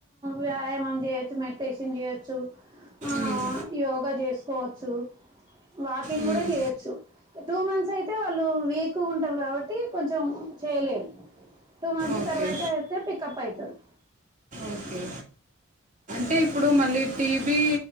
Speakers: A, on the right; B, on the right.
A: వ్యాయామం చేయచ్చు మెడిటేషన్ చేయవచ్చు ఆ
B: మ్మ్.
A: యోగా చేసుకోవచ్చు వాకింగ్
B: మ్మ్.
A: కూడా చేయొచ్చు టూ మంత్స్ అయితే వాళ్ళు వీక్గా ఉంటారు కాబట్టి కొంచెం చేయలేరు. టూ మంత్స్
B: ఓకే
A: తరవాయతే పికప్ అయితరు
B: ఓకే అంటే ఇప్పుడు మళ్ళీ టీబీ